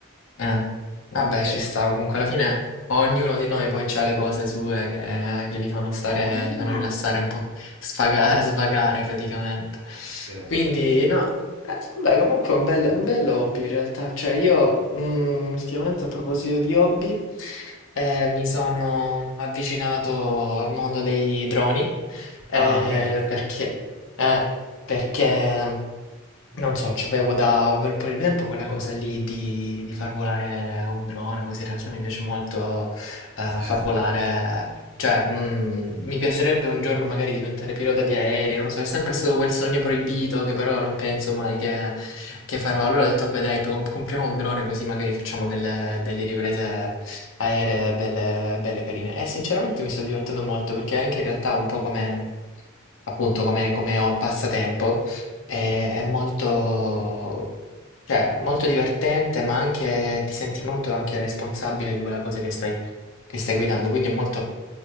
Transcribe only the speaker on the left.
Eh. Vabbè,
ci sta. Comunque alla fine ognuno di noi poi c'ha le cose sue che che li fanno stare
li fanno rilassare un po', sfaga <laughs> svagare praticamente.
Quindi no, eh, vabbè comunque è un bel un bell'hobby in realtà. Cioè io, mhmm, ultimamente a proposito di hobby, ehm, mi sono avvicinato al mondo dei droni. Eh,
perché, eh, perché, non so, c'avevo da un bel po' di tempo quella cosa lì di, di far volare un drone, così in realtà mi piace molto eh,
far volare, cioè mm, mi piacerebbe un giorno magari diventare pilota di aerei, non lo so, è sempre stato quel sogno proibito che però non penso mai che, che farò. Allora ho detto, beh dai, com- compriamo un drone così magari facciamo delle, delle riprese aeree belle, belle carine. E sinceramente mi sto divertendo molto perché anche in realtà un po' come, appunto, come, come ho un passatempo. È, è molto, cioè, molto divertente, ma anche ti senti molto anche responsabile di quella cosa che stai, che stai guidando. Quindi è molto,